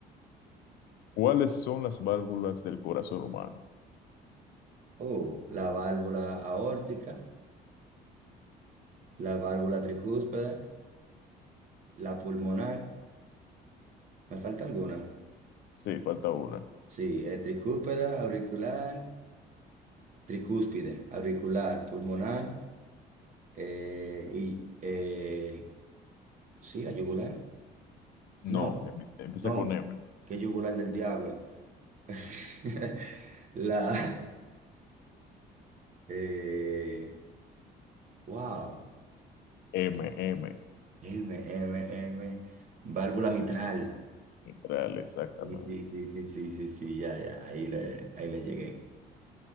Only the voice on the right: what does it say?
Oh, la válvula aórtica, la válvula tricúspide, la pulmonar. ¿Me falta alguna?
Sí, eh, tricúpeda, auricular, tricúspide, auricular, pulmonar, eh, y eh, sí, la yugular.
No,
no,
qué yugular del diablo. <laughs> La, <laughs> eh, wow,
M, M, M, válvula mitral.
Sí, sí, sí, sí, sí, sí, sí, ya, ya, ahí le, ahí le llegué.